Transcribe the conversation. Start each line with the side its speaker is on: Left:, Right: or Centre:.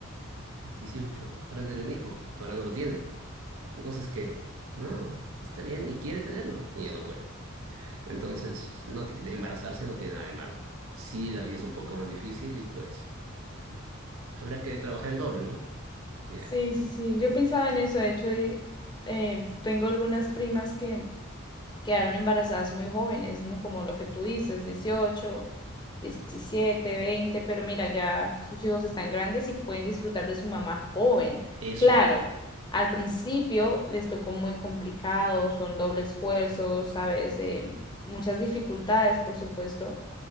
Right: dieciocho ahora tiene un hijo, ahora no lo tiene. Entonces, ¿qué? No, está bien y quiere tenerlo, y ya no puede. Entonces, no, ti- de embarazarse no tiene nada de malo. Sí, la vida es un poco más difícil y pues habrá que trabajar el doble, ¿no? Ya,
Left: Sí, sí, sí. Yo pensaba en eso. De hecho, y, eh, tengo algunas primas que quedaron embarazadas muy jóvenes, ¿no? Como lo que tú dices, 18, 17 20 pero mira, ya sus hijos están grandes y pueden disfrutar de su mamá joven.
Right: eso.
Left: Claro, al principio les tocó muy complicado, son doble esfuerzo, sabes, Eh, muchas dificultades, por supuesto,